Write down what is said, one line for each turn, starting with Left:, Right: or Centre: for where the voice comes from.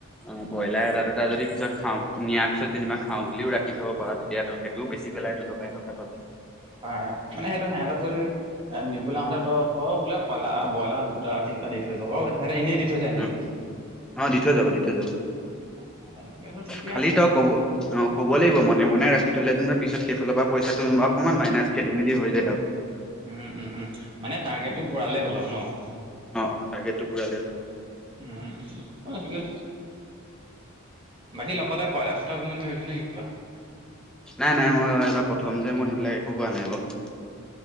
Centre: উম, ব্ৰইলাৰ এটা দুটা যদি পিছত খাওঁ নিয়াৰ পিছত যেনিবা খাওঁ বুলিও ৰাখি থ'ব পাৰ তেতিয়াটো তইও বেচি পেলাই দুটকা এটকা পাবি।
Right: পাই অ', মানে সেইটো সেহঁতক যদি এ, নিবলৈ আহোঁতে তই ক' বোলে বইলা, ব্ৰইলাৰ দুটা তিনিটা দি যাব, তেহঁতে এনেই দি থৈ যায় নেকি?
Centre: উম, অ', দি থৈ যাব, দি থৈ যাব।
Right: অ', <unintelligible> ঠিকে
Centre: খালি
Right: আছে।
Centre: তই ক'ব অ', ক'ব লাগিব মনে, মনে ৰাখি থ'লে যেনিবা পিছত সেইফালৰ পৰা পইচাটো অকমান মাইনাচ খেলি মেলি হৈ যায় আৰু।
Right: উম, উম, উম, মানে টাৰগ্ৰেটো
Centre: অ
Right: পোৰালেই হ'ল আৰু ন'!
Centre: অ', টাৰগ্ৰেটো পুৰালে হ'ল।
Right: উম, ঠিকে আছে। বাকী লগতে কয়লা <unintelligible> বুলি ভাবিছো নেকি?
Centre: নাই, নাই মই এইবাৰ প্ৰথম যে মই সেইবিলাক একো কৰা নাই বাৰু।